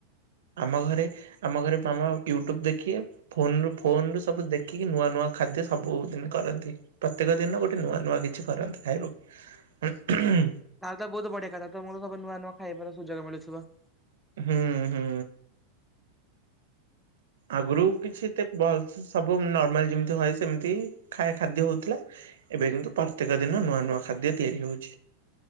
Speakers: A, on the right; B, in the centre.
A: ଆମ ଘରେ ଆମ ଘରେ ମାମା ୟୁଟ୍ୟୁବ ଦେଖିଏ ଫୋନରୁ ଫୋନରୁ ସବୁ ଦେଖିକି ନୂଆ ନୂଆ ଖାଦ୍ୟ ସବୁଦିନ କରନ୍ତି। ପ୍ରତ୍ୟେକ ଦିନ ଗୋଟେ ନୂଆ ନୂଆ କିଛି କରନ୍ତି ଖାଇବାକୁ ଉ ଉଁ
B: ତାହେଲେ ତ ବହୁତ ବଢିଆ କଥା ତମୁଳୁ ସବୁ ନୂଆ ନୂଆ ଖାଇବାର ସୁଯୋଗ ମିଳୁଥିବ -
A: ହୁଁ ହୁଁ। ଆଗରୁ କିଛି ଏତେ ଭାଲସେ ସବୁ ନର୍ମାଲ ଯେମିତି ହଏ ସେମିତି ଖାଏ ଖାଦ୍ୟ ହଉଥିଲା - ଏବେ କିନ୍ତୁ ପ୍ରତ୍ୟେକ ଦିନ ନୂଆ ନୂଆ ଖାଦ୍ୟ ତିଆରି ହଉଛି।